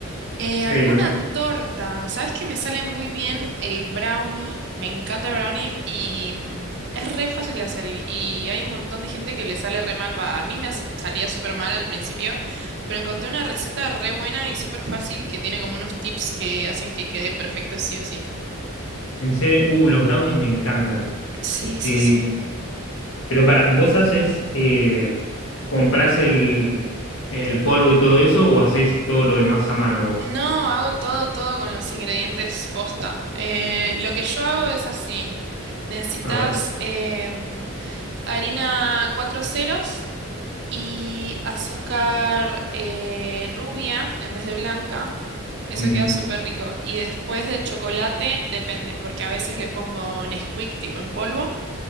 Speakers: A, on the right (about 55°); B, on the left (about 75°).
A: Eh,
B: Sí,
A: alguna
B: ¿no?
A: torta. Sabes que me sale muy bien el brownie. Me encanta el brownie y mm, es re fácil de hacer. Y, y hay un montón de gente que le sale re mal. Va, a mí me hace- salía súper mal al principio, pero encontré una receta re buena y súper fácil que tiene como unos tips que hacen que quede perfecto sí o sí.
B: En serio, uh, los brownies me encantan.
A: Sí, sí,
B: Eh,
A: sí.
B: pero para, ¿vos haces, eh, comprás el, el polvo y todo eso o haces todo lo demás a mano vos?
A: No, hago todo, todo con los ingredientes posta. Eh, lo que yo hago es así. Necesitas
B: A ver.
A: em, harina cuatro ceros. y azúcar eh, rubia en vez de blanca. Eso
B: Ujú.
A: queda súper rico. Y después de chocolate, depende, porque a veces le pongo Nesquik tipo en polvo,